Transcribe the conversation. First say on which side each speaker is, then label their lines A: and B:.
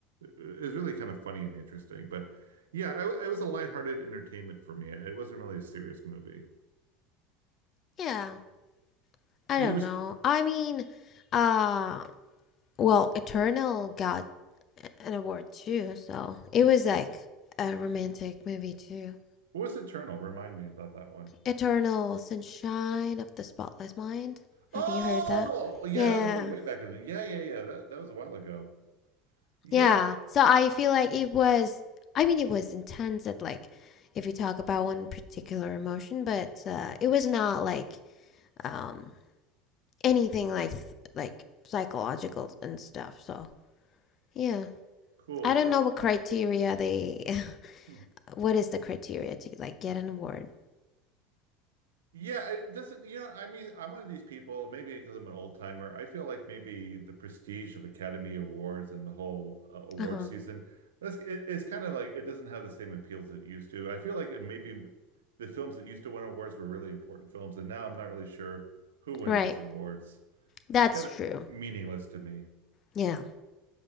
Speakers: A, on the right (about 85°); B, on the left (about 45°).
A: is really kind of funny and interesting. But yeah, I, it was a lighthearted entertainment for me. It wasn't really a serious movie.
B: Yeah. I
A: You
B: don't
A: ever,
B: know. I mean, uh, well, Eternal got an award too, so it was like a romantic movie too.
A: what was Eternal? Remind me about that one.
B: Eternal Sunshine of the Spotless Mind. Have
A: Oh,
B: you heard of that?
A: yeah,
B: Yeah.
A: that was going way back. Yeah, yeah, yeah. That that was a while ago. Yeah,
B: Yeah. So I feel like it was, I mean, it was intense at like, if you talk about one particular emotion, but uh, it was not like um anything like like psychological and stuff. So yeah,
A: cool.
B: I don't
A: Uh,
B: know what criteria they. <laughs>
A: hmm.
B: What is the criteria to like get an award?
A: yeah, it doesn't, you know, I mean, I'm one of these people, maybe because I'm an old timer. I feel like maybe the prestige of Academy Awards and the whole uh, award
B: Uh huh.
A: season, that's it, it's kind of like it doesn't have the same appeal as it used to. I feel like it maybe the films that used to win awards were really important films, and now I'm not really sure who wins
B: Right.
A: these awards.
B: That's
A: It's kind
B: true.
A: of meaningless to me.
B: Yeah.